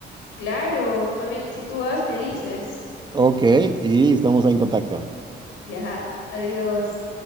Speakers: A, on the left; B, on the right.
A: Claro, tú también, si tú vas, me dices.
B: Ok, y estamos ahí en contacto.
A: Ya, adiós.